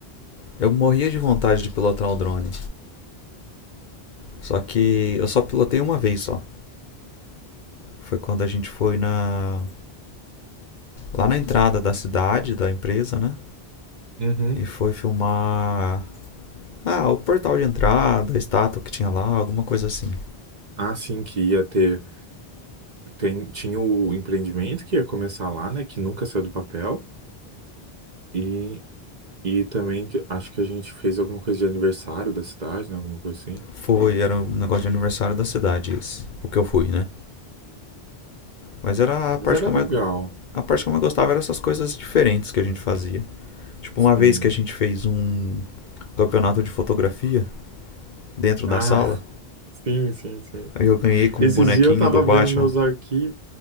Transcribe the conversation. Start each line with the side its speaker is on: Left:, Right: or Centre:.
Left: Eu morria de vontade de pilotar o drone. Só que eu só pilotei uma vez só. Foi quando a gente foi na. lá na entrada da cidade, da empresa, né?
Right: Uhum.
Left: E foi filmar. Ah, o portal de entrada, a estátua que tinha lá, alguma coisa assim.
Right: Assim que ia ter, tem- tinha o empreendimento que ia começar lá, né? Que nunca saiu do papel. E, e também que- acho que a gente fez alguma coisa de aniversário da cidade, né? Alguma coisa assim.
Left: Foi, era um negócio de aniversário da cidade esse. O que eu fui, né? Mas era a parte
Right: Mas era
Left: que eu
Right: legal.
Left: mais A parte que eu mais gostava era essas coisas diferentes que a gente fazia. Tipo,
Right: Sim.
Left: uma vez que a gente fez um campeonato de fotografia dentro da
Right: Ah,
Left: sala,
Right: <laughs> sim, sim, sim.
Left: aí eu ganhei com
Right: Esses
Left: um bonequinho
Right: dias eu tava
Left: do Batman.
Right: vendo meus arquivos.